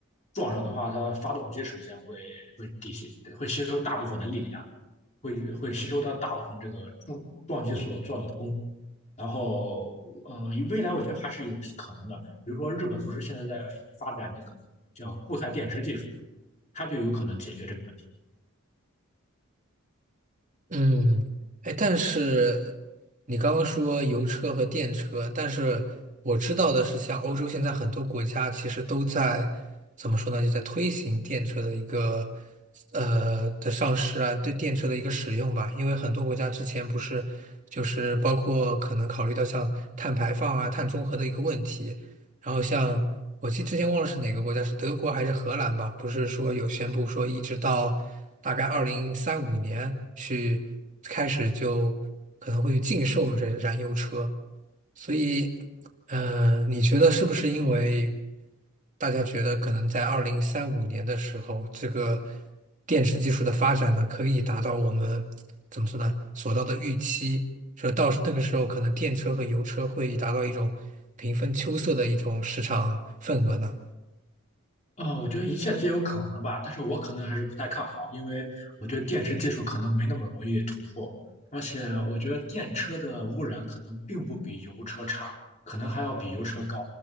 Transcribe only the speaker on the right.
嗯，哎，但是你刚刚说油车和电车，但是我知道的是，像欧洲现在很多国家其实都在怎么说呢，就在推行电车的一个呃的上市啊，对电车的一个使用吧。因为很多国家之前不是就是包括可能考虑到像碳排放啊、碳中和的一个问题，然后像我记得之前忘了是哪个国家，是德国还是荷兰吧？不是说有宣布说一直到大概二零三五年去开始就可能会禁售这燃油车，所以，嗯、你觉得是不是因为大家觉得可能在二零三五年的时候，这个电池技术的发展呢，可以达到我们怎么说呢，所到的预期？说到那个时候，可能电车和油车会达到一种平分秋色的一种市场份额呢。